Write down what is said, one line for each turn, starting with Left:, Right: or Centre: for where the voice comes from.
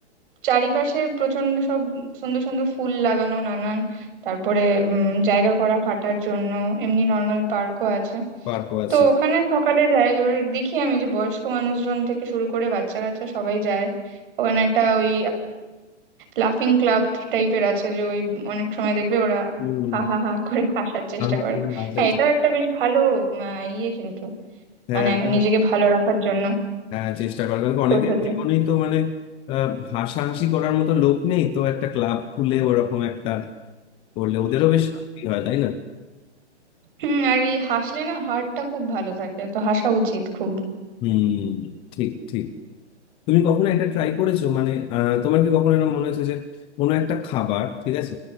Right: চারিপাশে প্রচন্ড সব সুন্দর সুন্দর ফুল লাগানো নানান তারপরে উম জায়গা করা হাঁটার জন্য এমনি নর্মাল পার্কও আছে
Left: পার্কও আছে
Right: তো ওখানে সকালে যাই এবার দেখি আমি যে বয়স্ক মানুষজন থেকে শুরু করে বাচ্চা কাচ্চা সবাই যায় ওখানে একটা ওই লাফিং ক্লাব টাইপের আছে যে ওই অনেক সময় দেখবে ওরা
Left: হম
Right: হা হা হা করে হাসার চেষ্টা
Left: হাঁ
Right: করে
Left: করে হাসা
Right: হ্যাঁ
Left: যায়।
Right: এটাও একটা বেশ ভালো আহ, ইয়ে কিন্তু
Left: হ্যাঁ
Right: মানে
Left: এটা
Right: নিজেকে
Left: তো-
Right: ভালো রাখার জন্য
Left: হ্যাঁ চেষ্টা করার কারণ কি অনেকের
Right: পদ্ধতি
Left: জীবনেই তো মানে আহ, হাসাহাসি করার মতো লোক নেই তো একটা ক্লাব খুলে ওরকম একটা করলে ওদেরও বেশ শান্তি হয় তাই না
Right: হুম আর এই হাসলে না হাড়টা খুব ভালো থাকে তো হাসা উচিত খুব
Left: হুম ঠিক ঠিক তুমি কখনো এটা ট্রাই করেছো মানে আহ, তোমার কি কখনো এরকম মনে হয়েছে যে কোনো একটা খাবার ঠিক আছে